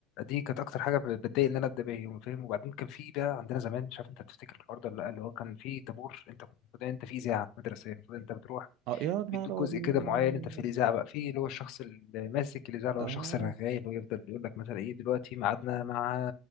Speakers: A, on the left (about 60°); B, on the right (about 60°).
A: دي كانت اكتر حاجة بتضايق ان انا ابدا بيها يوم فاهم وبعدين كان في بقى عندنا زمان مش عارف انت تفتكر الحوار ده ولا لا اللي هو كان في طابور انت كنت المفروض انت في اذاعة مدرسية المفروض انت بتروح
B: اه يا نهار
A: بيدوك جزء
B: ابيض
A: كده معين انت في الاذاعة بقى في اللي هو الشخص اللي ماسك الاذاعة اللي
B: اه
A: هو الشخص الرغاي اللي هو يفضل يقول لك مثلا ايه دلوقتي ميعادنا مع